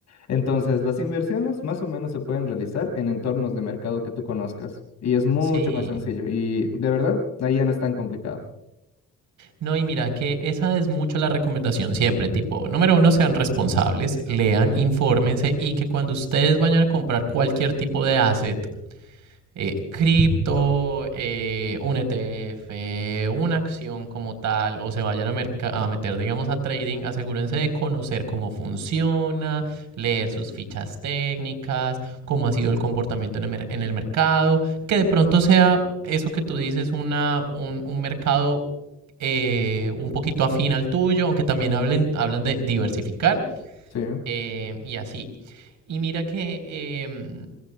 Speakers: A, on the left; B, on the right.
A: Entonces, las inversiones más o menos se pueden realizar en entornos de mercado que tú conozcas y es mucho
B: Sí.
A: más sencillo y de verdad, ahí ya no es tan complicado.
B: No, y mira que esa es mucho la recomendación siempre, tipo, número uno, sean responsables, lean, infórmense y que cuando ustedes vayan a comprar cualquier tipo de asset, eh, cripto, eh, un ETF, una acción como tal, o se vayan a, a meter, digamos, a trading, asegúrense de conocer cómo funciona, leer sus fichas técnicas, cómo ha sido el comportamiento en el, en el mercado, que de pronto sea eso que tú dices, una, un, un mercado eh, un poquito afín al tuyo, aunque también hablen, hablan de diversificar
A: Sí.
B: eh, y así. Y mira que eh,